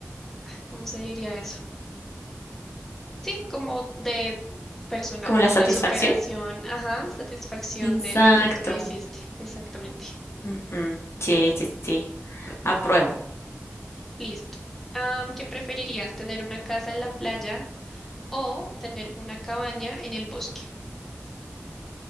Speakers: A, in the centre; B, on the left.
A: ah, ¿cómo se diría eso? Sí, como de persona,
B: como
A: como
B: la satisfacción.
A: de superación, ajá, satisfacción
B: Exacto.
A: de, de que tú lo hiciste, exactamente.
B: Ujú. Sí, sí, sí, apruebo.
A: Listo. Am, ¿qué preferirías, tener una casa en la playa o tener una cabaña en el bosque?